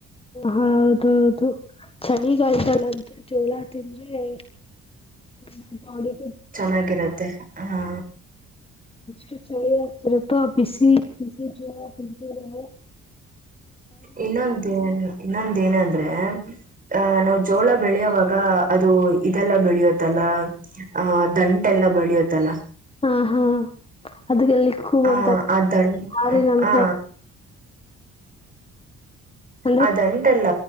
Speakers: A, on the left; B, on the right.
A: ಹೌದ ಹೌದು ಚಳಿಗಾಯ್ತಾಳಂತು ಜೋಳ ತಿಂದ್ರೆ ನಮ್ ಬಾಡಿ
B: ಚೆನ್ನಾಗಿರುತ್ತೆ ಹಾ
A: ಎಷ್ಟು ಚಳಿ ಆಗ್ತಿರುತ್ತೆ ಬಿಸಿ ಜೋಳ ತಿಂದಿದ್ರೆ
B: ಇನ್ನೊಂದೇ ಇನ್ನೊಂದ ಏನ ಅಂದ್ರೆ ಅಹ ನಾವು ಜೋಳ ಬೆಳೆಯವಾಗ ಅದು ಇದೆಲ್ಲ ಬೆಳೆಯತ್ತಲ್ಲ ಆಹ ದಂಟೆಲ್ಲ ಬೆಳಿಯುತ್ತಲ್ಲ
A: ಹಾ ಹಾ ಅದಕ್ಕೆಲ್ಲಿಕ್ಕೂಂತರಾರಿ
B: ಆ ಆ ದಂಟ
A: ನಮ್
B: ಆ
A: ಅಂದ್ರೆ
B: ಆ ಅದಂಟೆಲ್ಲ